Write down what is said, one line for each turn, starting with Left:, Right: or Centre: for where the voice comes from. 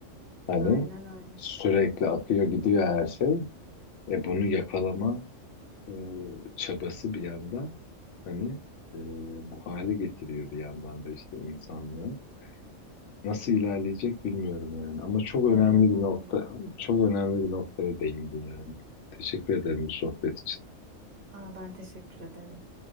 Left: Hani
Right: Aynen öyle.
Left: sürekli akıyor gidiyor her şey. E bunu yakalama e, çabası bir yandan hani e, bu hale getiriyor bir yandan da işte insanlığı. Nasıl ilerleyecek bilmiyorum yani. Ama çok
Right: Öyle
Left: önemli
Right: valla.
Left: bir nokta, çok önemli bir noktaya değindin yani. Teşekkür ederim bu sohbet için.
Right: Aa, ben teşekkür ederim.